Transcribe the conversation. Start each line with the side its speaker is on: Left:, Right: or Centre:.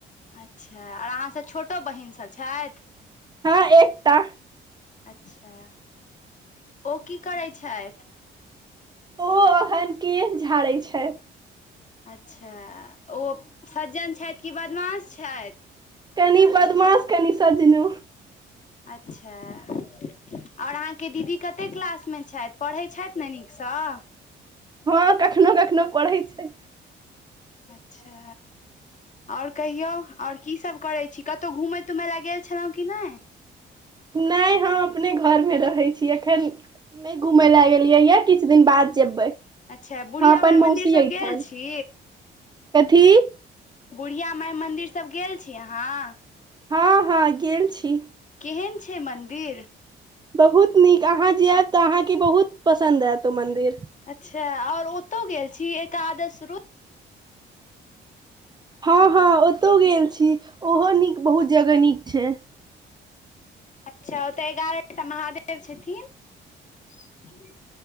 Left: अच्छा आओर अहाँ सभ छोटो बहिन सभ छथि
Right: हँ एकटा
Left: अच्छा ओ की करै छथि
Right: ओ एखन केश झाड़ैत छथि
Left: अच्छा ओ सज्जन छथि कि बदमाास छथि
Right: कनी बदमाश कनि सज्जनो
Left: अच्छा ओर अहाँके दीदी कते क्लास मे छथि पढ़ै छथि ने नीकसँ सह
Right: हँ कखनो कखनो पढ़ै छै
Left: अच्छा आओर कहियौ आओर कीसभ करै छी कतहु घूमय तूमय लए गेल छलहुँ कि नहि
Right: नहि हम अपने घरमे रहै छी एखन न घूमे ले एिये यै किछु दिन बाद जेबै
Left: अच्छा बुढ़िया
Right: हम अपन
Left: माइ मन्दिर
Right: मौसी
Left: सब
Right: एहिठाम
Left: गेल छी
Right: कथी
Left: बुढ़िया माइ मन्दिरसभ गेल छी अहाँ
Right: हँ हँ गेल छी
Left: केहन छै मन्दिर
Right: बहुत नीक अहाँ जायब तऽ अहाँके बहुत पसन्द आयत ओ मन्दिर
Left: अच्छा आओर ओतहु गेल छी एकादश रूप
Right: हँ हँ ओतहु गेल छी ओहो नीक बहुत जगह नीक छै
Left: अच्छा ओतय एगारह टा महादेव छथिन